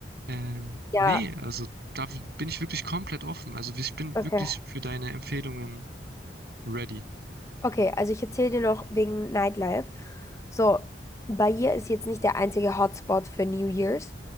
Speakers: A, on the right; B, on the left.
A: Ähm,
B: Ja,
A: nee, also da bin ich wirklich komplett offen. Also ich bin
B: okay.
A: wirklich für deine Empfehlungen ready.
B: Okay, also ich erzähle dir noch wegen Nightlife. So, Bahia ist jetzt nicht der einzige Hotspot für New Year's.